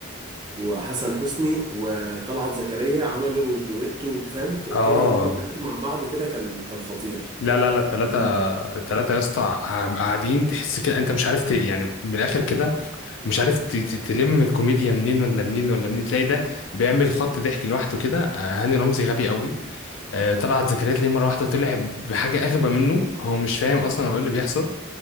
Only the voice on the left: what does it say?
اه
لا لا لا التلاتة
التلاتة يا اسطى عم- قاعدين تحس كده انت مش عارف ت... يعني من الاخر كده مش عارف ت- ت- تلم الكوميديا منين ولا منين ولا منين تلاقي ده بيعمل خط ضحك لوحده كده آه، هاني رمزي غبي قوي آه، طلعت زكريا ليه مرة واحدة طلع بحاجة أغبى منه هو مش فاهم أصلا هو إيه اللي بيحصل